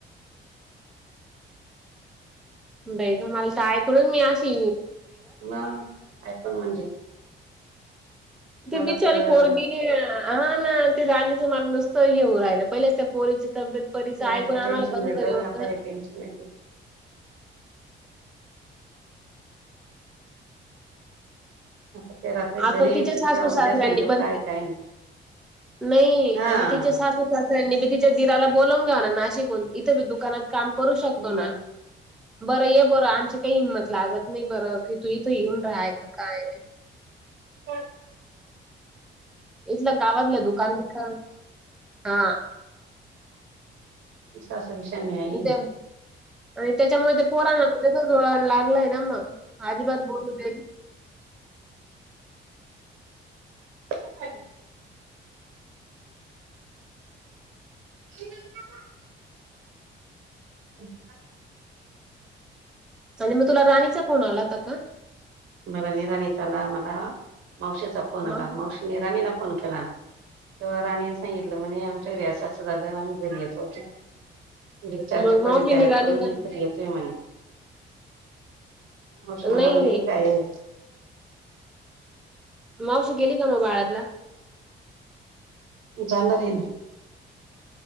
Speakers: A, in the centre; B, on the right.
A: बे काा मला ताय करून मी असशी.
B: म ऐकण म्हणजे.
A: ते
B: मला
A: बिचारी
B: तर
A: पोरगी हा ना ते राणीचं मला नुसतं येऊ राहिलं. पहिलेच त्या पोरीची तब्येत परीचं
B: होळीचं
A: ऐकून आम्हाला
B: टेन्शन
A: कसं
B: वेगळं
A: तरी होतं.
B: आता हे टेन्शन आहव आता ते रात्री
A: आता
B: घरी येतील
A: तिच्या सासू
B: तेव्हा
A: सासऱ्यांनी
B: उद्या समजेल
A: पण.
B: काय काय नाही
A: नाही
B: हा
A: आणि तिचे सासूास. नी मी तिच्या ीराला बोलवून घेऊ नाशिकहून इथे मी दुकानात काम करू शकतो
B: मग
A: ना. बरं ये बरं आमची काही हिंमत लागत नाही बरं कि तू इथ येऊन राहाय का काय.
B: हो
A: इथलं गावातलं दुकानदका हा
B: स विष मई.
A: आणि ते- आणि त्याच्यामुळे ते पोरना त्या लागलाय ना मग अजिबात बोलू द
B: कय हम् अच्छा
A: आणि मग तुला राणीचा फोन आलाता का
B: मला निराणीचा आला मला मावशीचा फोन आला
A: मग
B: मावशी निराणीला फोन केला तेव्हा राणीने सांगितलं म्हणे आमच्या घ असचं झालं आम्ही घरतो ब चारचे
A: मग
B: पाज
A: मावशी
B: तयार
A: निघाली
B: करून
A: का?
B: तर येतोय म्हणे मऔश मला
A: नाही
B: म्हणे काय आहे
A: मावशी गेली का मग बाळातला
B: जनरन